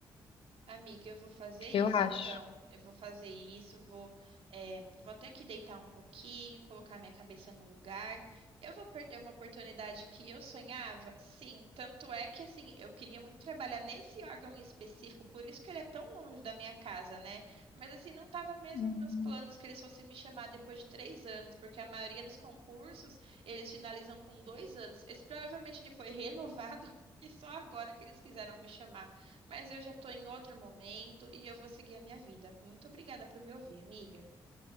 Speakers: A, on the right; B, on the left.
A: Amiga, eu vou fazer isso
B: eu acho.
A: então. Eu vou fazer isso, vou, é, vou até que deitar um pouquinho, colocar minha cabeça no lugar. Eu vou perder uma oportunidade que eu sonhava? Sim, tanto é que assim, eu queria muito trabalhar nesse órgão em específico, por isso que ele é tão longe da minha casa, né? Mas assim, não estava mesmo
B: Uhum.
A: nos meus planos que eles fossem me chamar depois de três anos, porque a maioria dos concursos eles finalizam com dois anos. Esse provavelmente ele foi renovado. <laughs> E só agora que eles quiseram me chamar. Mas eu já tô em outro momento e eu vou seguir a minha vida. Muito obrigada por me ouvir, amiga.